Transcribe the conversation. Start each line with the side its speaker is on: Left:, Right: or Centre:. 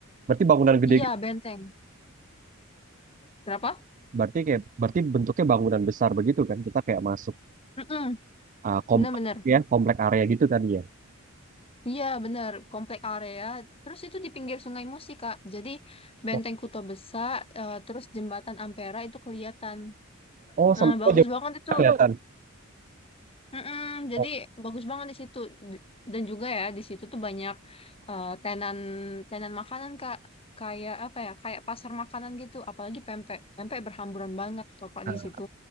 Right: Berarti bangunan gede,
Left: Iya,
Right: gitu.
Left: benteng. Kenapa?
Right: berarti kayak berarti bentuknya bangunan besar begitu kan? Kita kayak masuk
Left: Mm-mm,
Right: ah, komplek
Left: Bener-bener.
Right: ya, komplek area gitu kan ya?
Left: Iya, bener. Komplek area. Terus itu di pinggir Sungai Musi, Kak. Jadi Benteng
Right: Oh,
Left: Kuto Besar, eh, terus Jembatan Ampera itu kelihatan.
Right: oh
Left: Nah,
Right: sampai
Left: bagus
Right: oh, jauh
Left: banget itu.
Right: kelihatan.
Left: Mm-mm, jadi
Right: Oh,
Left: bagus banget di situ D- dan juga ya di situ tuh banyak eh, tenan tenan makanan kak kayak apa ya kayak pasar makanan gitu apalagi pempek pempek berhamburan banget kok kak
Right: nah,
Left: di situ